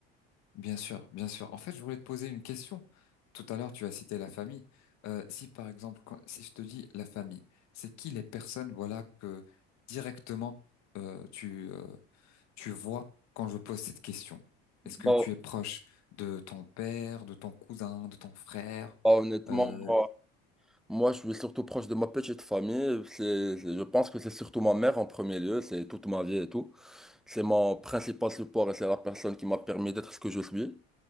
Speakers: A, on the left; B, in the centre.
A: bien sûr, bien sûr. En fait, je voulais te poser une question. Tout à l'heure, tu as cité la famille. Euh, si, par exemple, quand- si je te dis la famille, c'est qui les personnes, voilà, que directement euh, tu, euh, tu vois quand je pose cette question? Est-ce que
B: Voilà.
A: tu es proche de ton père, de ton cousin, de ton frère?
B: Bah, honnêtement,
A: Euh,
B: moi, moi, je suis surtout proche de ma petite famille. C'est, c'est- je pense que c'est surtout ma mère en premier lieu, c'est toute ma vie et tout. C'est mon principal support et c'est la personne qui m'a permis d'être ce que je suis.